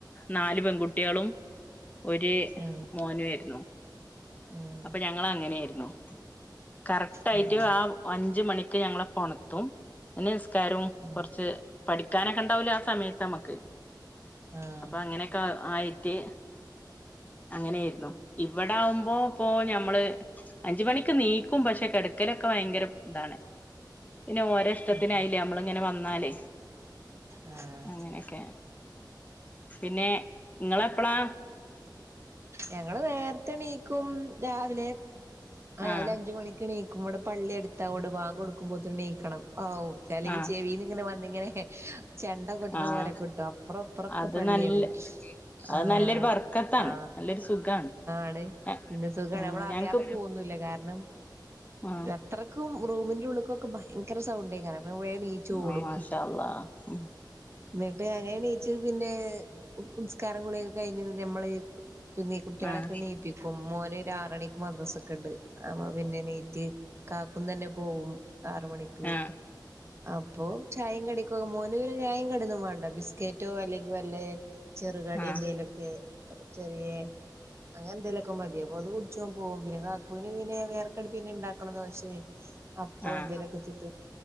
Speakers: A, on the left; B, on the right.
A: നാല് പെൺകുട്ട്യോളും ഒരു
B: ആഹ്
A: മോന യിരുന്നു
B: ഉം
A: അപ്പൊ ഞങ്ങള്അങ്ങനെയിരുന്നു കറക്റ്റ് ആയിട്ട്
B: ഉം ആഹ്
A: ആ അഞ്ച് മണിക്ക് ഞങ്ങളെപ്പണത്തും നി ക്കാരും
B: ഉം
A: കുറച്ച് പഠിക്കാനൊക്കെ ണ്ടാവൂലേ ആ സമയത്ത് നമക്ക്
B: ആഹ്
A: അപ്പൊ അങ്ങനെക്കെ ആയിട്ട് അങ്ങനെയിരുന്നുഇവിടെകുമ്പോ പ്പോ ഞമ്മള് അഞ്ച്മണിക്ക് നീ ക്കും പക്ഷെ കിടക്കലൊക്കെ ഭയങ്കര ഇതാണ് പിന്നെ ഓരെ ഇഷ്ടത്തിനായി
B: ആഹ്
A: ലെ നമ്മള് ഇങ്ങനെ വ ന്നാല്
B: ആഹ്
A: അങ്ങനെക്കെ പിന്നെ ഇങ്ങള് എപ്പളാ
B: ഞങ്ങള് നേര്ത്തെണീക്കും രാവിലെ രാവിലെ
A: ആഹ്
B: അഞ്ച് മണി ക്ക്ണീക്കും ഇവടെ പള്ളി ട് ത്താ അ ഓണ്ട്ബാങ്ക് കൊടുക്കുമ്പോത്തിന് നീക്കണം ഔ അല്ലെങ്കി
A: ആഹ്
B: ചെവീന്ന് ങ്ങനെ വന്നിങ്ങനെ ചെണ്ട കൊട്ട്
A: ആഹ്
B: ണപോലക്കെ കൊട്ടും അപ്പറം ഇപ്പൊറൊക്കെ
A: അത്
B: പള്ളിയാണ്
A: നല്ല അത്
B: ആ
A: നല്ലൊരു ബർക്കത്താണ്
B: ആ
A: നല്ലൊരു സുഖാണ്
B: ആണ്
A: ആഹ്
B: പിന്നെ സുഖാണ് നമ്മള്
A: ഞങ്ങക്ക്
B: അറിയാതെ പൊവന്നുല്ല കാരണം
A: ആഹ്
B: അത്രക്കും റൂമിന്റെ ഉള്ള് ക്കൊ ക്കെ ഭയ ങ്കര സൗണ്ടേക്കാരം അപ്പ വേ നീച്ച് ഓടും
A: ആഹ് മാഷാ അള്ളാ ഉം
B: ന്നട്ട് അങ്ങനെണീച്ച് പിന്നെ നിസ്കാരം കൂളിയൊക്കെ കഴിഞ്ഞ് നമ്മള് പിന്നീ കുട്ടിയോ
A: പിന്നെ
B: ളൊക്കെ നീണപ്പിക്കും മോന് ര് ആറണിക്ക് മദ്രാസൊക്കെണ്ട് അപ്പ പിന്നെ ണീറ്റ് കാക്കുംതന്നെ പോവും ആറ് മണിക്ക്
A: ആ
B: അപ്പൊ ചായും കടിക്കെ മോന് പിന്നെ ചായും കടിന്നും വേണ്ട ബിസ്ക്കറ്റോ അല്ലെങ്കി വല്ലെ ചെറുകടി
A: ആഹ്
B: എന്തെലൊക്കെ ചെറിയ അങ്ങനെന്തേലുക്കെ മതി അപ്പൊ അത് കുടിച്ചോ ഓൻ പോകും പിന്നെ കാക്കുന് പിന്നെ വേറെ ക്കടി പിന്നെ ഇണ്ടാക്കണം ദോശിം അപ്പൊ
A: ആഹ് ആഹ്
B: എന്തേലൊക്കെ ചുട്ട്